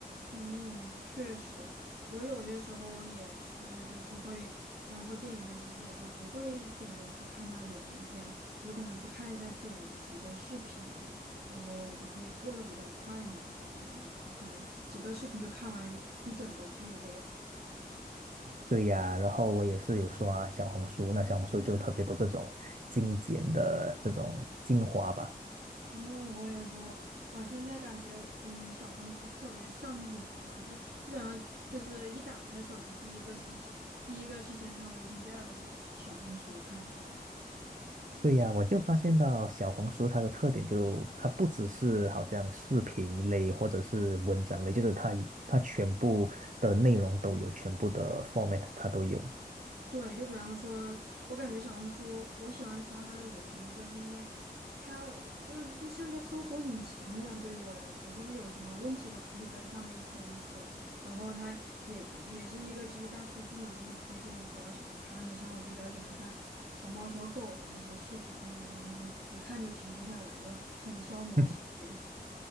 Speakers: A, on the right; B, on the right.
A: 嗯，确实，我有些时候也是，就是会，比方说电影电视剧，我就不会选择去看它原片，我就可能去看一下剪辑的视频，然后就可以过得比较快嘛，就一可能几个视频就看完一整个剧这样。
B: 对呀，然后我也是有刷小红书，那小红书就特别多这种精简的这种精华吧。
A: 嗯，我也是，我我现在感觉，嗯，小红书特别上瘾一样，基基本上就是一打开手机，第一个是第一个是先看微信，第二个就是去小红书看去了。
B: 对呀，我就发现到小红书它的特点就，它不只是好像视频类或者是文章类，就是它它全部的内容都有，全部的 format 它都有。
A: 对，就比方说，我感觉小红书我喜欢刷它的原因，就是因为它就就像个搜索引擎一样，对于我来说，就是有什么问题都可以在上面搜一搜，然后它也也是一个基于大数据嘛，给你推荐你比较喜欢看的，像我就比较喜欢看小猫小狗的那些视频什么的，然后就一看就停不下来，就很消磨时间。
B: <laughs>